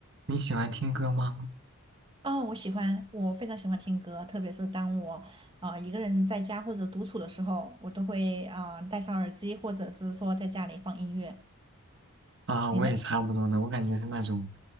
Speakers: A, on the right; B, on the right.
A: 你喜欢听歌吗？
B: 哦，我喜欢，我非常喜欢听歌，特别是当我啊、呃一个人在家或者独处的时候，我都会啊、呃戴上耳机，或者是说在家里放音乐。
A: 啊，
B: 你呢？
A: 我也差不多呢。我感觉是那种，